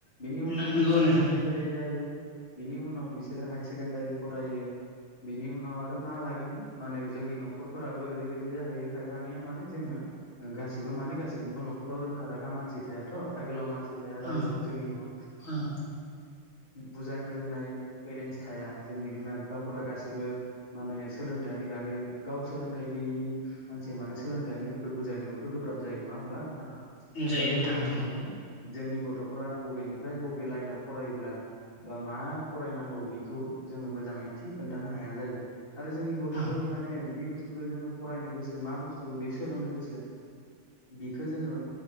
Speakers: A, on the left; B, on the left.
A: बिनि उनाव
B: नंगौ
A: बिसोर हायकेखे
B: नोंथां
A: जायो बिनि उनाव बिसोरो हाय सेकेणडारि फरायो बिनि उनाव आरो मा लागोन माने जोंनि नखरफोराबो ओरैबायदि जाहैयो खायफानिया माने जोङो गासिबो माने गासिबनिबो नखराव रोंखा राखा मानसि थायाथ' आखाइ गोलाव मानसि दि थाया
B: ओं
A: रावबो जोंनि ओ
B: ओं
A: बुजायनो रोंनाय एरेन्स थाया जोंनि बिमा बिफाफोरा गासिबो माने सोलोंथाइनि बागै गाव सोलोंथाइ गैयि मानसिया मानोे सोलोंथाइनि बिखय बुजायनोबोथ' गोब्राब जायो नङा होमबा नोंथां दा
B: जायो
A: बेबायदियाव
B: नोंथां जायो
A: माने जोंनि गथ'फोरा बबेनिफ्राय बबे लाइनाव फरायोब्ला बा मा फरायनांगौ बेखौ जोङो मोजाङै थि खोन्थानो हाया जायो आरो जोंनि गथ'फोरनि
B: ओं
A: माने जि बुस्थुखौ जोङो फरायनो गोसो मा बुस्थुखौ बे सोलोंनो गोसो बिखो जोङो